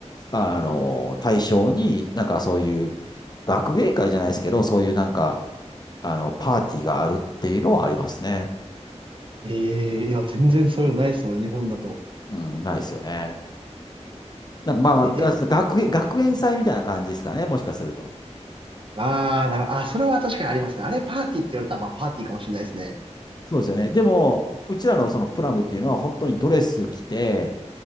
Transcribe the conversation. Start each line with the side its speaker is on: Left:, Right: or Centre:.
Left: あのー対象に、なんかそういう、学芸会じゃないですけど、そういうなんか、あの、パーティーがあるっていうのはありますね。
Right: ええー、いや、全然そういうのないですもんね、日本だと。
Left: うん、ないですよね。なんかまあまあ、が学園、
Right: ええ
Left: 学園祭みたいな感じですかね、もしかすると。
Right: ああ、なるほど。あ、それは確かにありますね。あれパーティーって言われたら、まあパーティーかもしれないですね。
Left: そうですよね。でも、うちらのそのプラムっていうのは本当にドレス着て、